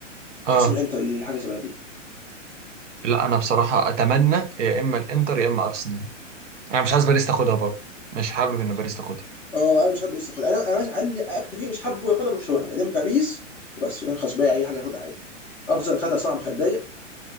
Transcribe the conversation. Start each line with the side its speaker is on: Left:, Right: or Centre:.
Right: اه
Centre: احسن من الانتر حاجه شبه دي
Right: لا انا بصراحه اتمنى يا اما الانتر يا اما ارسنال انا مش عايز باريس تاخدها برضه مش حابب ان باريس تاخدها
Centre: اه انا مش حابب باريس تاخدها انا انا قال لي اكتر فريق مش حابه ياخدها برشلونه بعدين باريس وبس انا خلاص باقي اي حاجه ياخدها عادي ارسنال خدها صعب مش هتضايق